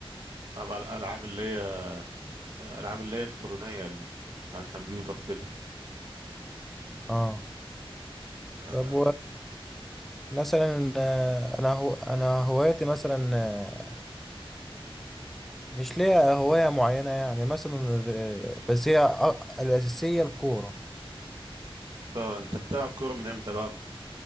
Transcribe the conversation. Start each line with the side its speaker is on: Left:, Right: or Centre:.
Right: بلعب العاب اللي هي العاب اللي هي الكترونيه ال- على الكمبيوتر وكده
Centre: اه
Right: آه،
Centre: طب ومثلا آه، انا هو انا هواياتي مثلا آه، مش ليا هواية معينة يعني مثلا الر- بس هي أ- الأساسية الكورة
Right: اه انت بتلعب كورة من امتى بقى؟